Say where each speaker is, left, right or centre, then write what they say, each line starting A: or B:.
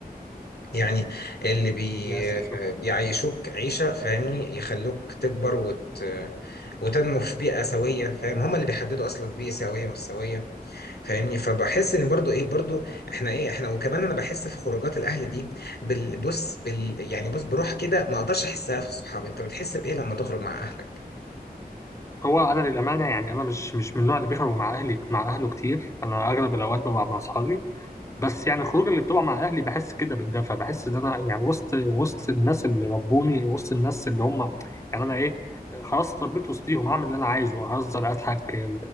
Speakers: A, on the left (about 90°); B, on the left (about 20°).
A: يعني اللي بي...
B: بيأسسني
A: بيعيشوك عيشة فاهمني يخلوك تكبر وت... وتنمو في بيئة سوية فاهم هما اللي بيحددوا أصلا بيئة سوية مش سوية فاهمني فبحس إن برضو إيه برضو إحنا إيه إحنا وكمان أنا بحس في خروجات الأهل دي بال... بص بال... يعني بص بروح كده ما أقدرش أحسها في الصحاب أنت بتحس بإيه لما تخرج مع أهلك؟
B: هو أنا للأمانة يعني أنا مش مش من النوع اللي بيخرج مع أهلي مع أهله كتير أنا أغلب الأوقات ببقى مع أصحابي بس يعني الخروج اللي بتبقى مع اهلي بحس كده بالدفى بحس ان انا يعني وسط وسط الناس اللي ربوني وسط الناس اللي هم يعني انا ايه خلاص اتربيت وسطيهم اعمل اللي انا عايزه اهزر اضحك